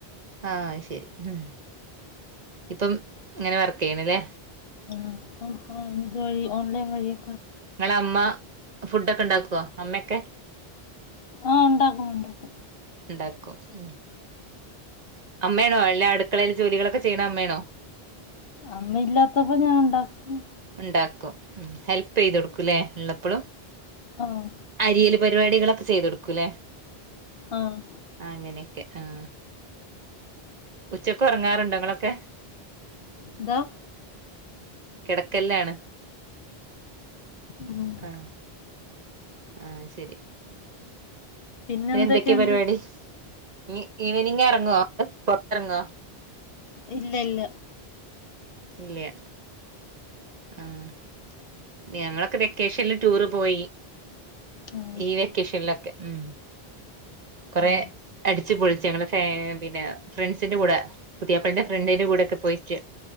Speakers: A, on the right (about 45°); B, on the left (about 65°).
A: ആഹ് ശരി ഉ ഇപ്പം ഇങ്ങനെ വർക്ക് ചെയ്യണല്ലേ
B: ആഹ് അപ്പ നമ്മളെ എന്തു വഴി ഓലൈൻ വഴിയാ
A: നിങ്ങള അമ്മ ഫുഡൊക്കെ ഉണ്ടാക്കോ അമ്മയൊക്കെ
B: ആഹ് ഉണ്ടാക്കും ഉണ്ടാക്കും
A: ഉണ്ടാക്കും ഉം അമ്മയാണോ അല്ല അടുക്കളയിൽ ജോലികളൊക്കെ ചെയ്യണെ അമ്മയാണോ
B: അമ്മ ഇല്ലാത്തപ്പോ ഞാൻ ഉണ്ടാക്കും
A: ഇണ്ടാക്കും ഉം ഹെൽപ് ചെയ്ത് കൊടുക്കൂലേ ഇള്ളപ്പളും
B: ആഹ്
A: അരിയല് പരിപാടികളൊക്കെ ചെയ്ത് കൊടുക്കൂലേ
B: ആഹ്
A: അങ്ങനെയൊക്കെ ആഹ് ഉച്ചക്ക് ഒറങ്ങാറുണ്ടോ നിങ്ങളൊക്കെ
B: എന്തോ
A: കെടക്കല്ലാണ്
B: ഉം.
A: ആഹ് ആഹ് ശരി
B: പിന്നെന്തൊക്കെയുണ്ട്?
A: പിന്നെ എന്തൊക്കെയാ പരിപാടി ഇനി ഈവനിങ് എറങ്ങോ പൊറത്തെറങ്ങോ
B: ഇല്ല ഇല്ല
A: ഇല്യ ആഹ് ഞങ്ങളൊക്കെ വെക്കേഷല്ല് ടൂറ് പോയി
B: ഉം.
A: ഈ വെക്കേഷൽ ഒക്കെ ഉം കൊറേ
B: ആ.
A: അടിച്ച്പൊളിച്ച് ഞങ്ങള് ഫാ പിന്നെ ഫ്രണ്ട്സിന്റെ കൂടെ പുതിയാപ്ലന്റെ ഫ്രണ്ടിന്റെ കൂടെയൊക്കെ പോയിറ്റ്